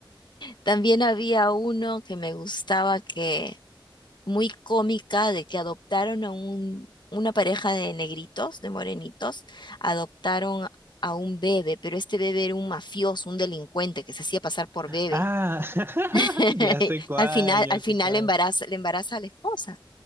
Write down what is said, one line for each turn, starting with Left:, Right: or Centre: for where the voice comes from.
Left: También había uno que me gustaba que, muy cómica, de que adoptaron a un, una pareja de negritos, de morenitos, adoptaron a un bebé, pero este bebé era un mafioso, un delincuente que se hacía pasar por bebé.
Right: Ah, <laughs>
Left: <laughs>
Right: ya sé cuál,
Left: Al final,
Right: ya
Left: al final
Right: sé cuál.
Left: embaraza, le embaraza a la esposa,